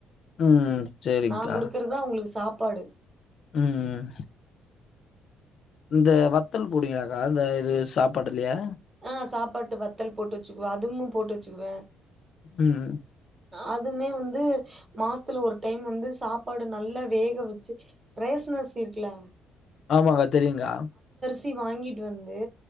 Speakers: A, on the left; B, on the right.
A: ம் சேரிங்க்கா
B: நா குடுக்கறதா அவங்களுக்கு சாப் பாடு
A: ம் இந்த வத்தல் போடுவீங்களா அக்கா இந்த இது சாப்பாட்டுலேயே
B: ஆ சாப்பாட்டு வத்தல் போட்டு வெச்சுக்குவே அதுவுமே போட்டு வெச்சுக்குவே
A: ம்
B: அதுமே வந்து ம மாசத்துல ஒரு டைம் வந்து சாப்பாடு நல்லா வேக வெச்சு ரேஷன் அரிசி இருக்குல
A: ஆமாங்க்கா தெரியுங்க்கா
B: தி வாங்கிட்டு வந்து